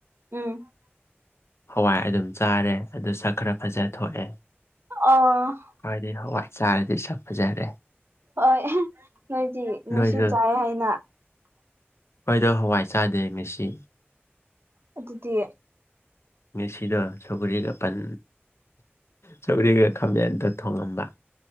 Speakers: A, on the right; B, on the left.
A: ꯎꯝ <unintelligible> <inaudible>
B: ꯍꯋꯥꯏ ꯑꯗꯨꯝ ꯆꯥꯔꯦ ꯑꯗꯨ ꯁꯛ ꯈꯔ ꯐꯖ ꯊꯣꯛꯑꯦ
A: ꯑꯣ..
B: ꯍꯥꯏꯗꯤ ꯍꯋꯥꯏ ꯆꯥꯔꯗꯤ ꯁꯛ ꯐꯖꯔꯦ
A: ꯍꯣꯏ ꯅꯣꯏꯗꯤ ꯅꯣꯏꯁꯨ
B: ꯅꯣꯏꯗꯣ
A: ꯆꯥꯏ ꯍꯥꯏꯅ
B: ꯈꯣꯏꯗꯣ ꯍꯋꯥꯏ ꯆꯥꯗꯦ ꯉꯁꯤ
A: ꯑꯗꯨꯗꯤ
B: ꯉꯁꯤꯗꯣ ꯁꯧꯒꯔꯤꯒ ꯄꯟ ꯆꯧꯔꯤꯒ ꯈꯥꯃꯦꯟꯇ ꯊꯣꯡꯉꯝꯕ